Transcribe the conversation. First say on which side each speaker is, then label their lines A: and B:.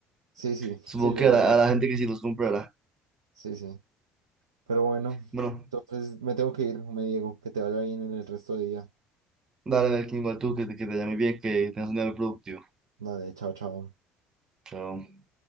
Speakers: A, on the right; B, on the right.
A: Sí, sí,
B: supongo
A: sí, yo
B: que
A: la
B: a la,
A: verdad.
B: a la gente que sí los comprará.
A: Sí, sí. Pero bueno,
B: Bueno.
A: entonces me tengo que ir, me Diego. Que te vaya bien en el resto de día.
B: Dale, Melkin, igual tú, que, te- que te llame bien, que tengas un día muy productivo.
A: Dale, chao, chao.
B: Chao.